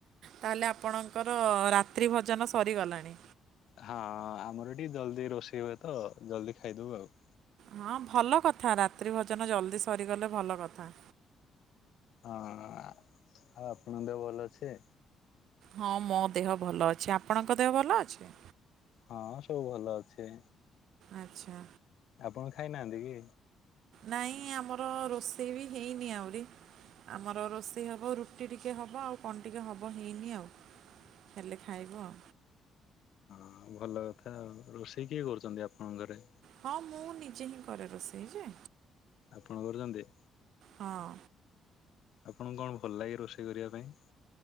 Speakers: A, on the right (about 70°); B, on the left (about 65°).
A: ତାହେଲେ ଆପଣଙ୍କର ରାତ୍ରି ଭୋଜନ ସରିଗଲାଣି।
B: ହଁ ଆମର ଟିକେ ଜଲଦି ରୋଷେଇ ହୁଏ ତ ଜଲଦି ଖାଇଦଉ ଆଉ।
A: ହଁ ଭଲ କଥା ରାତ୍ରି ଭୋଜନ ଜଲଦି ସରିଗଲେ ଭଲ କଥା।
B: ହଁ ଆଉ ଆପଣଙ୍କ ଦେହ ଭଲ ଅଛି?
A: ହଁ ମୋ ଦେହ ଭଲ ଅଛି ଆପଣଙ୍କ ଦେହ ଭଲ ଅଛି?
B: ହଁ ସବୁ ଭଲ ଅଛି।
A: ଆଚ୍ଛା।
B: ଆପଣ ଖାଇନାହାନ୍ତି କି?
A: ନାଇଁ ଆମର ରୋଷେଇ ବି ହେଇନି ଆହୁରି ଆମର ରୋଷେଇ ହବ ରୁଟି ଟିକେ ହବ ଆଉ କଣ ଟିକେ ହବ ହେଇନି ଆଉ। ହେଲେ ଖାଇବୁ ଆଉ।
B: ହଁ ଭଲ କଥା ଆଉ ରୋଷେଇ କିଏ କରୁଛନ୍ତି ଆପଣଙ୍କ ଘରେ?
A: ହଁ ମୁଁ ନିଜେ ହିଁ କରେ ରୋଷେଇ ଯେ।
B: ଆପଣ କରୁଚନ୍ତି?
A: ହଁ।
B: ଆପଣଙ୍କୁ କଣ ଭଲ ଲାଗେ ରୋଷେଇ କରିବା ପାଇଁ?